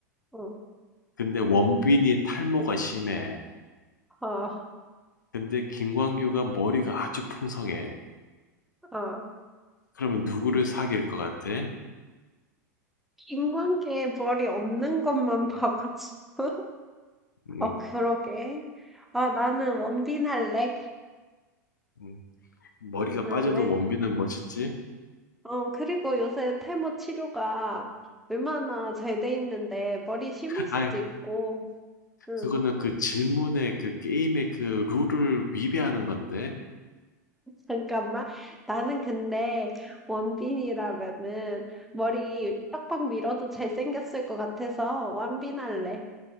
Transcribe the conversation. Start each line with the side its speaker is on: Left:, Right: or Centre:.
Centre: 어,
Left: 근데 원빈이 탈모가 심해.
Centre: 어,
Left: 근데 김광규가 머리가 아주 풍성해.
Centre: 어.
Left: 그러면 누구를 사귈 것 같아?
Centre: 인관계에 머리 없는 것만 <laughs> 봐가지고.
Left: 음,
Centre: 어, 그러게. 아, 나는 원빈 할래.
Left: 음. 머리가
Centre: 응,
Left: 빠져도
Centre: 웬,
Left: 원빈은 멋있지?
Centre: 어, 그리고 요새 탈모 치료가 얼마나 잘 돼 있는데 머리 심을 수도
Left: 아,
Centre: 있고. 응,
Left: 그거는 그 질문의 그 게임의 그 룰을 위배하는 건데.
Centre: 잠깐만. 나는 근데 원빈이라면은 머리 빡빡 밀어도 잘생겼을 것 같아서 원빈 할래.